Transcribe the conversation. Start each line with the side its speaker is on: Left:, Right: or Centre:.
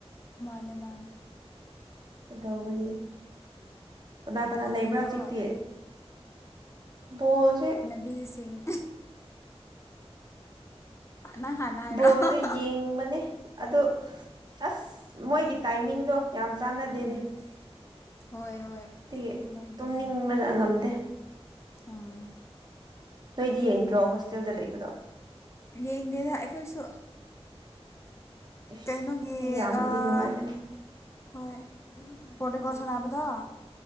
Left: ꯃꯥꯅꯦ ꯃꯥꯅꯦ
Right: ꯀꯗꯧꯒꯅꯤ ꯀꯅꯥ ꯀꯅꯥ
Left: ꯕꯣꯜ
Right: ꯂꯩꯕ꯭ꯔꯥ
Left: ꯌꯦꯡꯕ꯭ꯔꯣ
Right: ꯍꯧꯖꯤꯛꯇꯤ ꯕꯣꯜꯖꯦ
Left: ꯕꯤꯁꯤꯡ ꯅꯪ ꯍꯥꯟꯅ ꯍꯥꯏꯔꯛꯑꯣ
Right: ꯕꯣꯜꯖꯦ ꯌꯦꯡꯕꯅꯦ ꯑꯗꯨ ꯑꯁ ꯃꯣꯏꯒꯤ ꯇꯥꯏꯃꯤꯡꯗꯣ ꯌꯥꯝ ꯆꯥꯟꯅꯗꯦꯅꯦ
Left: ꯎꯝ ꯍꯣꯏ ꯍꯣꯏ
Right: ꯇꯤꯒꯤ
Left: ꯃꯣꯏꯗꯤ
Right: ꯇꯨꯝꯅꯤꯡꯕꯗ
Left: ꯎꯝ
Right: ꯉꯝꯗꯦ
Left: ꯎꯝ
Right: ꯅꯣꯏꯗꯤ ꯌꯦꯡꯗ꯭ꯔꯣ ꯍꯣꯁꯇꯦꯜꯗ ꯂꯩꯕꯗꯣ
Left: ꯌꯦꯡꯗꯦꯗ ꯑꯩꯈꯣꯏꯁꯨ
Right: ꯏꯁ
Left: ꯀꯩꯅꯣꯒꯤ
Right: ꯃꯤ ꯌꯥꯝꯃꯗꯤ
Left: ꯑꯥ
Right: ꯅꯨꯡꯉꯥꯏꯕꯅꯤ
Left: ꯍꯣꯏ ꯄꯣꯔꯇꯦꯒꯣꯜ ꯁꯥꯟꯅꯕꯗꯣ